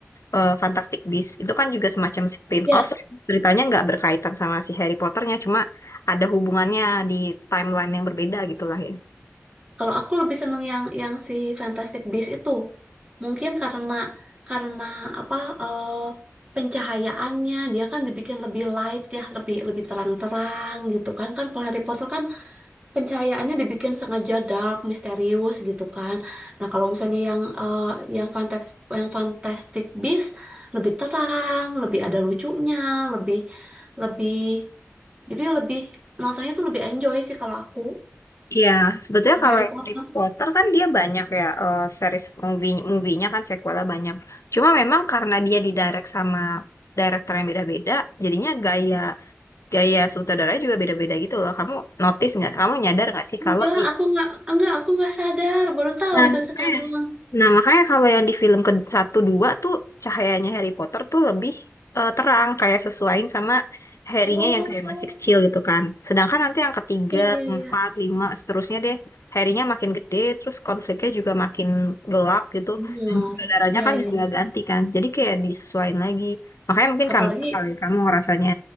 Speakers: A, on the left (about 80°); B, on the right (about 25°).
A: eh, Fantastic Beasts? Itu kan juga semacam spin-off.
B: Ya,
A: Ceritanya nggak berkaitan sama si Harry Potternya, cuma ada hubungannya di timeline yang berbeda gitu lah ya.
B: kalau aku lebih seneng yang yang si Fantastic Beasts itu. Mungkin karena karena apa eh, pencahayaannya dia kan dibikin lebih light ya, lebih lebih terang-terang gitu kan. Kan kalau Harry Potter kan pencahayaannya dibikin sengaja dark, misterius gitu kan. Nah, kalau misalnya yang eh, yang Fantas- yang Fantastic Beasts lebih terang, lebih ada lucunya, lebih lebih Jadi lebih nontonnya tuh lebih enjoy sih kalau aku.
A: Iya, sebetulnya kalau
B: Harry Potter.
A: yang Harry Potter kan dia banyak ya eh, series movie movie-nya kan sequelnya banyak. Cuma memang karena dia didirect sama director yang beda-beda, jadinya gaya gaya sutradaranya juga beda-beda gitu loh. Kamu notice nggak? Kamu nyadar nggak sih
B: Enggak,
A: kalau di
B: aku nggak enggak aku nggak sadar, baru tahu
A: Nah,
B: itu sekarang.
A: eh, Nah, makanya kalau yang di film ke satu dua tuh cahayanya Harry Potter tuh lebih eh, terang kayak sesuaiin sama Harry-nya
B: Oh,
A: yang kayak masih kecil gitu kan. Sedangkan nanti yang ketiga,
B: Iya iya
A: empat,
B: iya.
A: lima, seterusnya deh Harry-nya makin gede, terus konfliknya juga makin gelap gitu.
B: Benar.
A: Dan saudaranya
B: Iya
A: kan
B: iya.
A: juga
B: iya.
A: ganti kan. Jadi kayak disesuaiin lagi. Makanya mungkin
B: Apalagi
A: karena itu kali ya, kamu ngerasanya